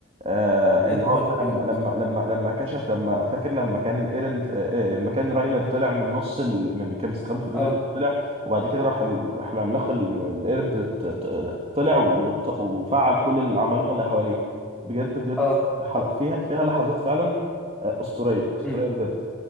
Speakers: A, on the right (about 30°); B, in the centre.
A: آه
B: يا
A: اللي
B: نهار
A: هو بقى
B: ابيض
A: لما لما لما لما كشف لما فاكر لما كان ايرن آه آه، لما كان راينر طلع من نص ال من كان مستخبي في الجدار
B: اه
A: طلع وبعد كده راح ال- راح العملاق ال- القرد ت- ت- طلع وط- وفعل كل العمالقة اللي حواليه بجد بجد
B: اه
A: حلقة فيها فيها لحظات فعلا آه، أسطورية أسطورية
B: مم.
A: بجد